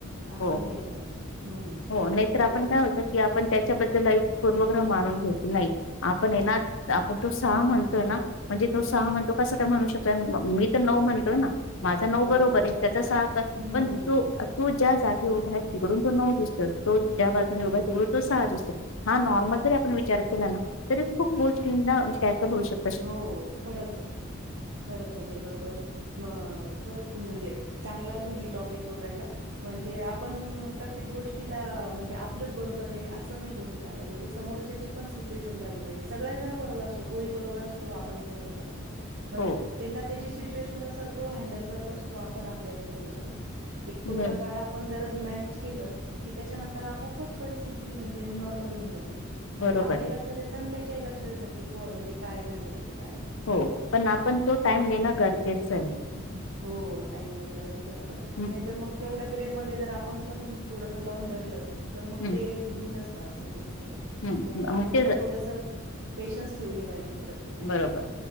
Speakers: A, on the right (about 65°); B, on the left (about 75°).
A: आसं
B: हो.
A: नाही पाहिजे हुं. म
B: हो नाहीतर
A: बरोबर
B: आपण काय
A: हाय
B: होतं
A: प
B: की आपण त्याच्याबद्दल एक पूर्वग्रह मानून घेत नाही. आपण ये ना, आपण तो सहा म्हणतोय ना? म्हणजे तो सहा म्हणतो कसं का म्हणू शकतोय, मी तर नऊ म्हणतोय ना? माझा नऊ
A: हो.
B: बरोबर ये, त्याचा सहा का?
A: हं.
B: पण तू.. तू ज्या जागी उभा आहे, तिकडून तो नऊ दिसतो तो ज्या बाजूने
A: हो.
B: उभा आहे तिकडून तो सहा दिसतो. हा नॉर्मल जरी आपण विचार केला ना तरी खूप गोष्टीं ना काहीतर होऊ शकतं
A: हो खरच आहे खरंच नाही बरोबर आहे म खरंच म्हणजे चांगला तुम्ही टॉपिक पकडला म्हणजे आपण प्रत्येक गोष्टीला म्हणजे आपलंच बरोबर आहे असं नाही धरून राहिलं पाहिजे समोरच्याची पण सिच्युएशन पाहिली पाहिजे सगळ्या जण बरोबर असतो तोही बरोबर असतो तो आपण बरोबर असतात पण
B: हो
A: त्याला त्याची सिच्युएशन नुसार तो हँडल करत असतो आपण आपल्या याच्याने करत असतो एक तेवढ्या
B: ब
A: काळात आपण जर मॅनेज केलं की त्याच्यानंतर आपोआपच परिस्थिती म्हणजे नॉर्मल होऊन जाते आणि
B: बरोबर
A: आपल्याही
B: आहे
A: लक्षात येतं आणि त्याच्याही लक्षात येतं की को म्हणजे काय झालं होतं काय नाही
B: हो पण आपण तो टाइम देणं गरजेचं आहे
A: अहं हो टाइम देणं गरजेचं असतं
B: हम्म
A: नाही तर मग तेवढ्या पिरियडमध्ये जर आपण पण थोडसं लावून धरलं तर मग
B: हम्म
A: ते बीनसतं असं होतय
B: हम्म
A: त्यामुळे आपण
B: मग ते
A: पण थोडसं पेशन्स ठेवले पाहिजेत प्रत्येक गोष्टीला
B: बरोबर